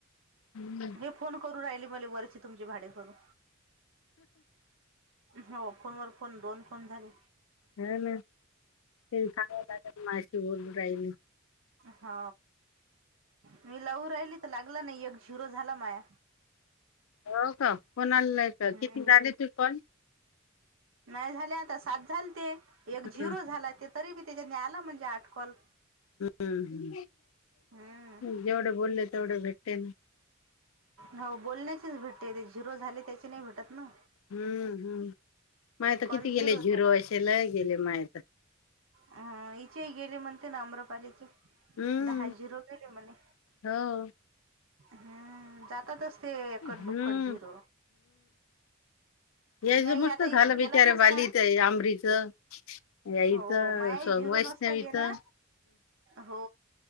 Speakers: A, on the left; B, on the right.
A: हम्म.
B: हे फोन करू राहिले मले वरचे तुमची भाडे करून हो फोन वर फोन दोन फोन झाले.
A: हा ना ते झाग लाग माशीी बोलल. काई.
B: होा मी लऊ राहिली. लागलं नाही एकग झिरो झाला माया.
A: हो का कोणालाय का
B: हम्म.
A: किती झाले तू फॉल
B: नाही झाले आता सात झाल ते एक
A: हम्म.
B: झिरो झाला ते तरी बी त्याच्यानी आलं म्हणजे आठकल.
A: हम्म.
B: हम्म
A: जेवढे बोलले तेवढे भेटते ना.
B: हो बोलण्याचीच भेटते ते झिरो झाले त्याची नाही भेटत ना.
A: हम्म हम् मायता
B: एक कॉल
A: किती गेले झिरो
B: झाला.
A: असशेला गेले माय आता
B: ह इथे गेले म्हणते ना अम्रपालीचे
A: हम्म
B: दहाजिरो गेले मणे
A: हो
B: हम् जातातच. ते एकड
A: हम्म
B: दुक्कड झिरो.
A: याच
B: नाही
A: मस्त
B: आता
A: झालं बिचार्या
B: गेला नसता
A: बालीच आंबरीच याईचं.
B: हो माया
A: सग
B: झिरो
A: वैष्णवी
B: नसता गेला
A: तर
B: हो